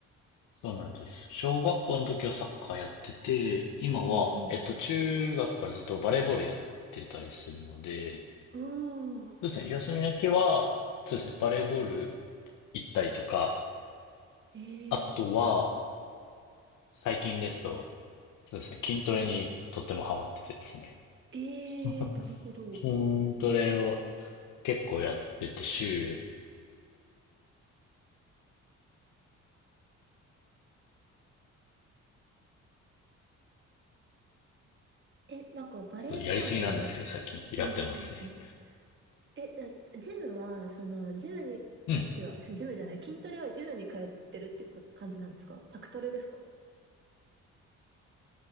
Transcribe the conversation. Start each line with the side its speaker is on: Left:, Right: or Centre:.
Left: そうなんです。小学校の時はサッカーやってて、今は、
Right: うんうん。
Left: えっと、中学からずっとバレーボールやってたりするので、
Right: おー、
Left: そうですね、休みの日は、そうですね、バレーボール行ったりとか、
Right: ええ、
Left: あとは、最近ですと、そうですね、筋トレにとってもハマっててですね。
Right: ええ、
Left: <laughs>
Right: なるほど。
Left: 筋トレを結構やってて週
Right: え、なんか、バレーボール、
Left: そう、やりすぎなんですけど、最近やってますね。
Right: うん。え、だ、ジムは、その、ジムに、
Left: うん。
Right: あ、違う、<laughs> ジムじゃない、筋トレはジムに通ってるっていうこ感じなんですかパクトレですか